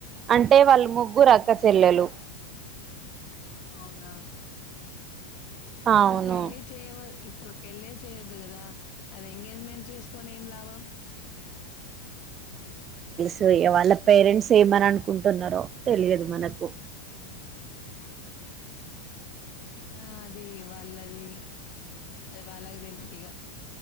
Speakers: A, on the right; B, on the left.
A: అంటే వాళ్ళు ముగ్గురు అక్క చెల్లెలు
B: అవునా అసలు
A: అవును
B: పెళ్ళి చేయ వ ఇప్పుడు పెళ్ళి చేయద్దు కదా అది ఎంగేజ్మెంట్ చేసుకొని ఏం లాభం
A: సో ఇగ వాళ్ళ పేరెంట్స్ ఏమని అనుకుంటున్నారో తెలియదు మనకు
B: అయినా అది వాళ్ళది అది వాళ్ళకి తెలుసు ఇగ